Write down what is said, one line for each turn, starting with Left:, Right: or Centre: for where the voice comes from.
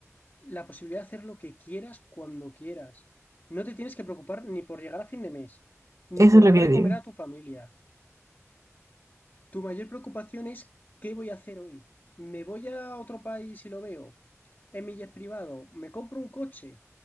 Left: la posibilidad de hacer lo que quieras cuando quieras. No te tienes que preocupar ni por llegar a fin de mes, ni
Right: eso
Left: por
Right: es lo
Left: dar
Right: que
Left: de
Right: digo.
Left: comer a tu familia. Tu mayor preocupación es ¿qué voy a hacer hoy? ¿Me voy a otro país y lo veo? ¿En mi jet privado? ¿Me compro un coche?